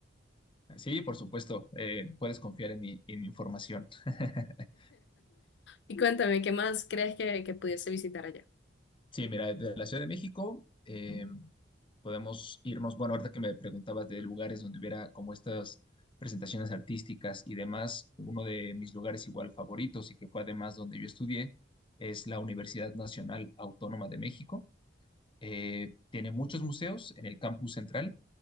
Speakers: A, on the left; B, on the left.
A: Sí, por supuesto, eh, puedes confiar en mi, en mi información. <laughs>
B: Y cuéntame, ¿qué más crees que, que pudiese visitar allá?
A: Sí, mira, de la Ciudad de México eh, podemos irnos, bueno, ahorita que me preguntabas de lugares donde hubiera como estas presentaciones artísticas y demás, uno de mis lugares igual favoritos y que fue además donde yo estudié es la Universidad Nacional Autónoma de México. Eh, tiene muchos museos en el campus central.